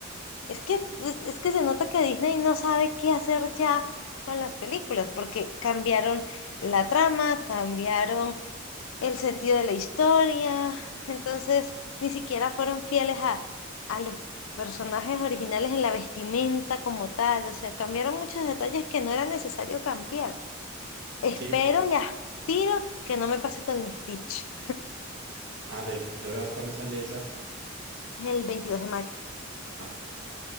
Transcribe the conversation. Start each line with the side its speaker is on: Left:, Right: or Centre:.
Left: es que es, es que se nota que Disney no sabe qué hacer ya con las películas, porque cambiaron la trama, cambiaron el sentido de la historia, entonces ni siquiera fueron fieles a, a los personajes originales en la vestimenta como tal, o sea, cambiaron muchos detalles que no era necesario cambiar. Espero
Right: sí, por...
Left: y aspiro que no me pase con Stitch
Right: Ah, de, de veras, ¿cuándo sale esa?
Left: el 22 de mayo,
Right: Ah,